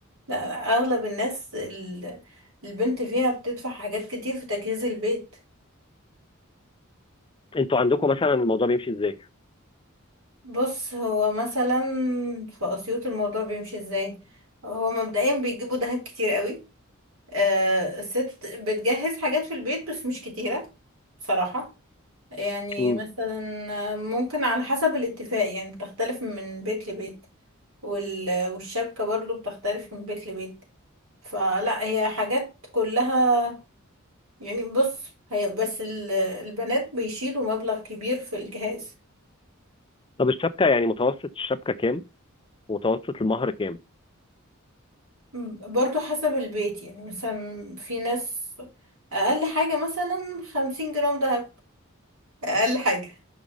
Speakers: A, on the right; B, on the left.
A: لا أغلب الناس ال- البنت فيها بتدفع حاجات كتير في تجهيز البيت
B: انتوا عندكم مثلا الموضوع بيمشي ازاي؟
A: بص هو مثلا في أسيوط الموضوع بيمشي ازاي هو مبدئيا بيجيبوا دهب كتير قوي آه الست بتجهز حاجات في البيت بس مش كتيرة بصراحة يعني
B: مم.
A: مثلا ممكن على حسب الاتفاق يعني بتختلف من بيت لبيت وال... والشبكة برضو بتختلف من بيت لبيت فلا هي حاجات كلها يعني بص هي بس ال- البنات بيشيلوا مبلغ كبير في الجهاز
B: طب الشبكة يعني متوسط الشبكة كام؟ ومتوسط المهر كام؟
A: م- برضو حسب البيت يعني مثلا في ناس أقل حاجة مثلا خمسين جرام دهب أقل حاجة